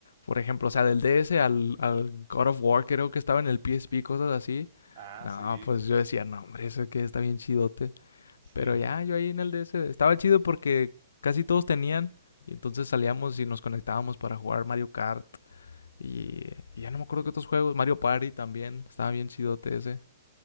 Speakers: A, on the left; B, on the right.
A: por ejemplo, o sea, del DS al, al God of War creo que estaba en el PSP, cosas así.
B: Ah,
A: No,
B: sí,
A: pues yo decía, no, hombre, eso que está bien chidote.
B: sí,
A: Pero ya,
B: <laughs>
A: yo ahí en el DS estaba chido porque casi todos tenían. Y entonces salíamos y nos conectábamos para jugar Mario Kart. Y, y ya no me acuerdo qué otros juegos. Mario Party también. Estaba bien chidote ese.